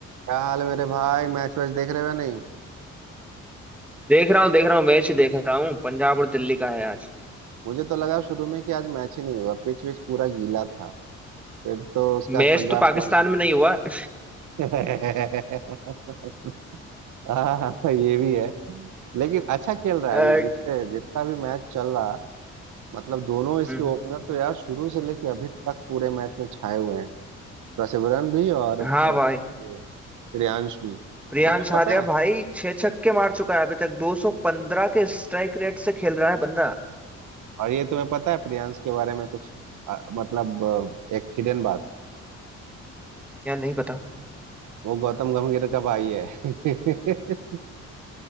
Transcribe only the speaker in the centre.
देख रहा हूँ देख रहा हूँ मैच देख रहा हूँ पंजाब और दिल्ली का है आज
मैच
तो पाकिस्तान
में नहीं हुआ <laughs>
अ,
हम्म,
हाँ
भाई
प्रियांश
आर्या
भाई छह छक्के मार चुका है अभी तक 215 के स्ट्राइक रेट से खेल रहा है बंदा
या नहीं पता